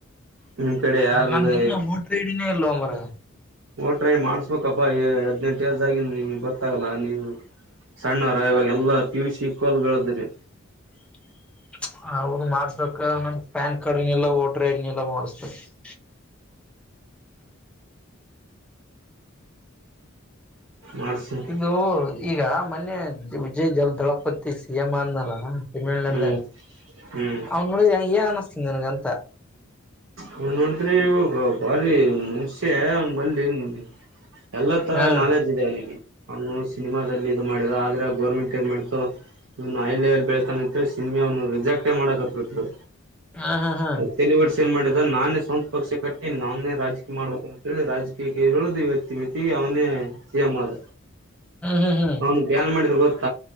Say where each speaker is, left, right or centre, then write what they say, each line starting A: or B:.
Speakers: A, on the right; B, in the centre.
A: ನಿಮ್ ಕಡೆ ಯಾರ್ದ
B: ನಂದಿನ್ನ ವೋಟರ್ ಐಡಿ ಇಲ್ಲ ಮಾರಾಯ
A: ಓಟ್ರೈ ಮಾಡ್ಸ್ಬೇಕಪ್ಪಾ ಹದ್ನೆಂಟು ಏಜ್ ಆಗಿದೆ ನಿಮ್ಗೆ ಗೊತ್ತಾಗಲ್ಲ ನೀವು ಸಣ್ಣವ್ರ ಇವಾಗ ಎಲ್ಲಾ ಪಿ ಯು ಸಿ ಸ್ಕೂಲ್ ಗಳದ್ರರಿ
B: <inaudible> ಹೌದು ಮಾಡ್ಸ್ಬೇಕ ನಮ ಪ್ಯಾನ್ ಕಾರ್ಡ್ನಲ್ಲ ವೋಟ್ರ ಐಡ್ನಲ್ಲ ಮಾಡಸ್ಬೇಕು <inaudible>
A: ಮಾಡ್ಸಿ
B: ಇದು ಈಗ ಮೊನ್ನೆ ವಿಜಯ್ ಜಲ್ ದಳಪತಿ ಸಿಎಂ ಅನ್ನಲ್ಲ ತಮಿಳ್ನಾಡ
A: ಹ್ಮ್ ಹ್ಮ್
B: ಅವನ್ ನೋಡಿದ ಏನ್ ಅನಸ್ತನ್ ನನ್ಗಂತ
A: ಹ ನಿಂತ ಬೀ ಮುನ್ಷ್ಯ <unintelligible> ಎಲ್ಲ ತರ
B: ಹ
A: ನಾಲೆಜ್ ಇದೆ ಅವನು ಸಿನಿಮಾದಲ್ಲಿ ಇದು ಮಾಡಿದ ಆದ್ರೆ ಆ ಗರ್ಮೆಂಟ್ ಏನ್ ಮಾಡತೋ ಇ ಹೈ ಲೆವೆಲ್ ಬೆಳತಾನ ಸಿನಿಮೆ ರಿಜೆಕ್ಟೇ ಮಾಡಕ ಬಿಟ್ರು
B: ಹ ಹಾ ಹಾ ಹ್ಮ್
A: ತಳುವ ಸಿನಿಮಾ ಅದನ್ನ ನಾನೇ ಸ್ವಂತ ಪಕ್ಷ ಕಟ್ಟಿ ನಾವನ್ನೇ ರಾಜಕೀಯ ಮಾಡ್ಬೇಕ ಅಂತಿ ರಾಜಕೀಯಕ್ಕೆ ಇರುಳುದು ವ್ಯತಿ ಮತಿಗೆ ಅವನೇ ಸಿ ಏಮ್ ಆದ
B: ಹ್ಮ್ ಹ್ಮ್
A: ಅವನು ಬ್ಯಾನ್ ಮಾಡಿದ್ರ ಗೊತ್ತ